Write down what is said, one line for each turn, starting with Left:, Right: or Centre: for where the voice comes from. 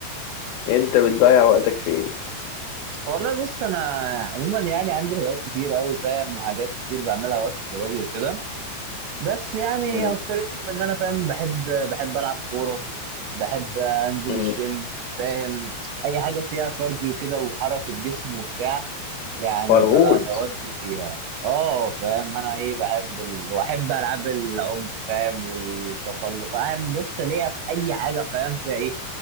Left: انت بتضيع وقتك في ايه
Right: والله بص انا عموما يعني عندي هوايات كتير قوي فاهم وحاجات كتير بعملها وقت فراغي وكده بس يعني
Left: مم.
Right: اكثرتهم ان انا فاهم بحب بحب العب كوره بحب انزل
Left: مم.
Right: الجيم فاهم اي حاجه فيها كارديو كده وحركه جسم وبتاع يعني
Left: فرهود
Right: ب- بودي فيها اه فاهم انا ايه بحب ال... واحب العاب العنف فاهم والتسلق انا لسه ليا في اي حاجه فاهم فيها ايه